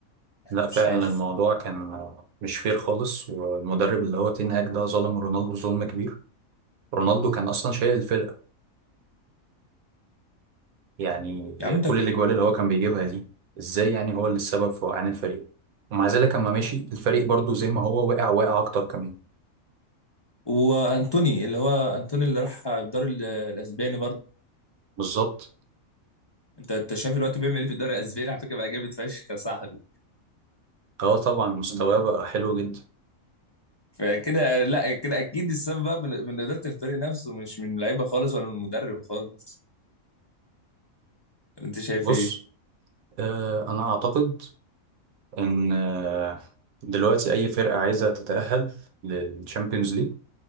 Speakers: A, on the left; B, on the right.
A: يعني
B: لا فعلا
A: مش عارف
B: الموضوع كان مش فير خالص والمدرب اللي هو تين هاج ده ظلم رونالدو ظلم كبير رونالدو كان اصلا شايل الفرقه يعني
A: يا عم
B: كل
A: ده
B: الاجوال اللي هو كان بيجيبها دي ازاي يعني هو اللي السبب في وقعان الفريق ومع ذلك لما مشي الفريق برضو زي ما هو وقع وقع اكتر كمان
A: وانتوني اللي هو انتوني اللي راح الدوري ال- الاسباني برضه
B: بالظبط
A: انت انت شايف الوقت بيعمل ايه في الدوري الاسباني على فكره بقى جامد فشخ يا صاحبي
B: اه طبعا مستواه بقى حلو جدا
A: فكده لا كده اكيد السبب بقى من من اداره الفريق نفسه مش من لعيبه خالص ولا من المدرب خالص انت شايف
B: بص
A: ايه؟
B: آه انا اعتقد ان آه دلوقتي اي فرقه عايزه تتاهل للتشامبيونز ليج